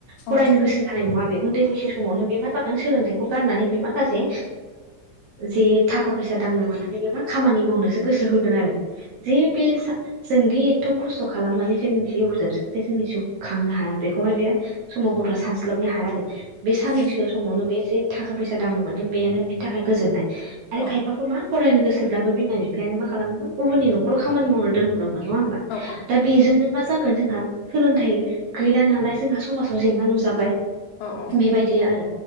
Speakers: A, on the left; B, on the right.
A: औ
B: फरायनो गोसो जानाय नङा बे। उन्दै बैसो समावनो बे मा जागोन सोलोंथाइखौ गारनानै बे माखासे जे थाखा फैसा दांनो मोनाखै मा खामानि मावनोसो गोसो होगोन आरो जे बे जों बे एथ' खस्थ' खालामनानै जों जिवजाब जोंनि जि खांनो हाया बेखौहाय बे समाव गथ'आ सानस्लाबनो हाया आरो बे साननैसो
A: औ
B: समावनो बे जे थाखा फैसा दांनो मोनदों बेानो बेनि थाखाय गोजोननाय आरो
A: औ
B: खायफाखौ मा फरायनो गोसोब्लाबो बिमा बिफायानो मा खालामोममोन। गुबुन न'खराव खामानि मावनो दोनहरदोंमोन नङा होनबा?
A: औ
B: दा बेजोंनो मा जागोन जोंहा सोलोंथाइ गैला नालाय जोंहा समाजाव जेंना नुजाबाय
A: औ औ
B: बेबायदि आरो